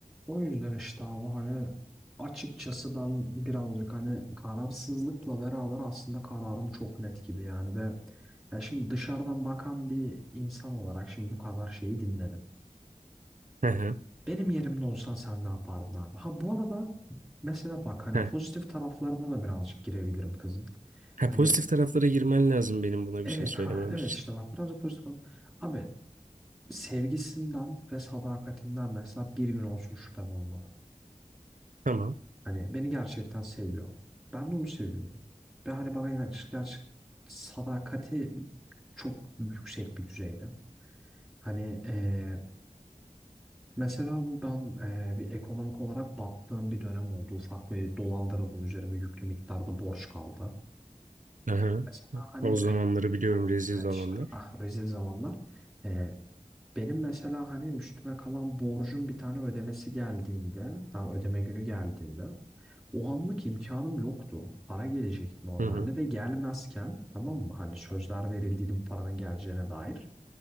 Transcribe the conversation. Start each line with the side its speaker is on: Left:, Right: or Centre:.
Centre: O yüzden işte abi hani açıkçası ben birazcık hani kararsızlıkla beraber aslında kararım çok net gibi yani ve ya şimdi dışarıdan bakan bir insan olarak şimdi bu kadar şeyi dinledim.
Right: Hı hı,
Centre: Benim yerimde olsan sen ne yapardın abi? Ha bu arada mesela bak hani
Right: hı.
Centre: pozitif taraflarına da birazcık girebilirim kızın.
Right: Ha,
Centre: Hani
Right: pozitif taraflara girmen lazım benim buna
Centre: evet
Right: bir şey söylemem
Centre: ha evet
Right: için.
Centre: işte bak birazcık pozitif. Abi sevgisinden ve sadakatinden mesela bir gün olsun şüphem olmadı.
Right: Tamam.
Centre: Hani beni gerçekten seviyor. Ben de onu seviyorum. Ve hani bana gerçek, gerçek sadakati çok yüksek bir düzeyde. Hani eee, mesela bu ben eee, bir ekonomik olarak battığım bir dönem oldu. Ufak bir dolandırıldım üzerime yüklü miktarda borç kaldı.
Right: Hı hı.
Centre: Mesela hani
Right: O
Centre: e,
Right: zamanları biliyorum rezil
Centre: evet
Right: zamanlar.
Centre: işte ah, rezil zamanlar. Eee, benim mesela hani üstüme kalan borcun bir tane ödemesi geldiğinde, tam ödeme günü geldiğinde O anlık imkanım yoktu. Para gelecekti normalde
Right: Hı hı.
Centre: ve gelmezken tamam mı? Hani sözler verildiydi bu paranın geleceğine dair.